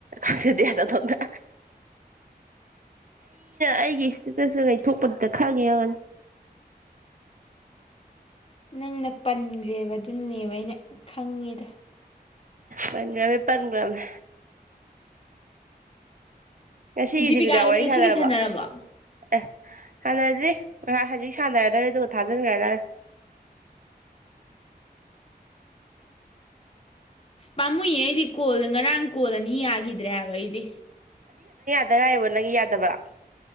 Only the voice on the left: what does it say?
ꯅꯪꯅ ꯄꯟꯈ꯭ꯔꯦꯕ ꯑꯗꯨꯅꯦꯕ ꯑꯩꯅ ꯈꯪꯉꯦꯗ
ꯗꯤꯄꯤꯀꯥꯒꯗꯤ
ꯉꯁꯤꯒꯤ
ꯁꯥꯟꯅꯔꯕꯣ
ꯄꯥꯝꯃꯨꯏ ꯑꯩꯗꯤ ꯀꯣꯜ ꯉꯔꯥꯡ ꯀꯣꯜꯂꯅꯤ ꯌꯥꯈꯤꯗꯦ ꯏꯗ꯭ꯔꯦꯕ ꯏꯗꯤ